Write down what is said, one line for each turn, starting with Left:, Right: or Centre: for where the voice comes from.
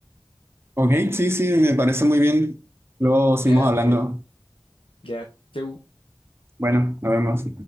Right: Ok, sí, sí, me parece muy bien. Luego seguimos
Left: Ya,
Right: hablando.
Left: genial. Ya, chau.
Right: Bueno, nos vemos.